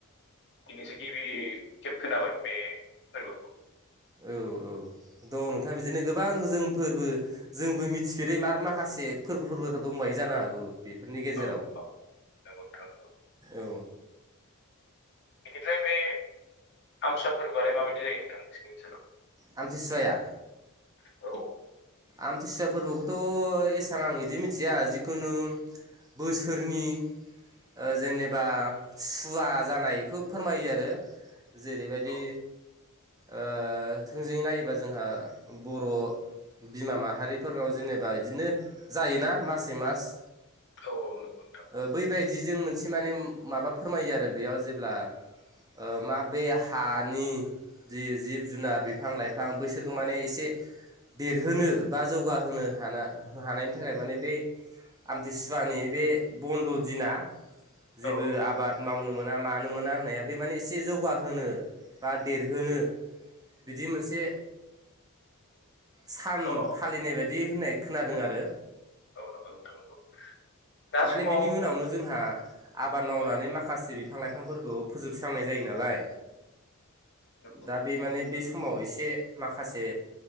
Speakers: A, on the left; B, on the right.
A: दिनैसो गिबि खेब खोनाबाय बे फोरबोखौ
B: औ औ दङ नोंथां बिदिनो गोबां जोंफोरबो जोंबो मिथिफेरै आरो माखासे फोरबो फोरबो दंबावो जानो हागौ। बेफोरनि गेजेराव
A: अ अ नंगौ नोंथां नंगौ
B: औ
A: बेनिफ्राय बे आमसा फोरबोआलाय माबायदि जायो नोंथां नोंसि नोंसानाव
B: आमथिसुवाया
A: औ
B: आमथिसुवा फोरबोखौथ' एसेबां आं बिदि मिथिया जिखुनु बोसोरनि ओ जेनेबा सुवा जानायखौ फोरमायो आरो जेरैबायदि
A: औ
B: ओ थोंजोङै नायोबा जोंहा बर' बिमा माहारिफोरनाव जेनेबा बिदिनो जायोना मासै मास
A: औ औ नंगौ नोंथां
B: ओ बैबायदिजों मोनसे माने माबा फोरमायो आरो बेयाव जेब्ला ओ मा बे हानि जि-जिब जुनार बिफां-लाइफां बैसोरखौ माने एसे देरहोनो बा जौगाहोनो हाना हानायनि थाखाय माने बे आमतसुवानि बे बन्द' दिना जेबो
A: औ
B: आबाद मावनो मोना मानो मोना होननाया बे माने एसे जौगाहोनो बा दे होनो बिदि मोनसे सान
A: औ अ
B: फालिनाय बायदि होननाय खोनादों आरो
A: औ नंगौ नोंथां नंगौ। दा
B: माने
A: समाव
B: बिनि उनावनो जोंहा आबाद मावनानै
A: औ
B: माखासे बिफां लाइफांफोरखौ फोजोबस्रांनाय जायो नालाय
A: औ।
B: दा बे माने बे समाव एसे माखासे